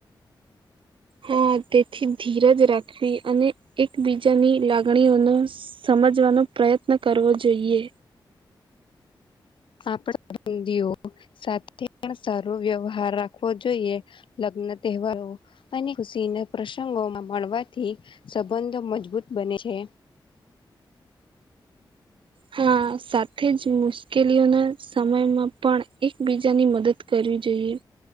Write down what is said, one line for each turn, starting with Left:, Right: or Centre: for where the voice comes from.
Right: હા તેથી ધીરજ રાખવી અને એકબીજાની લાગણીઓનો સમજવાનો પ્રયત્ન કરવો જોઈએ.
Left: આપણા બંદ સાથે પણ સારો વ્યવહાર રાખવો જોઈએ. લગ્ન તહેવારો અને ખુશીના પ્રસંગોમાં મળવાથી સંબંધ મજબૂત બને છે.
Right: હા સાથે જ મુશ્કેલીઓના સમયમાં પણ એકબીજાની મદદ કરવી જોઈએ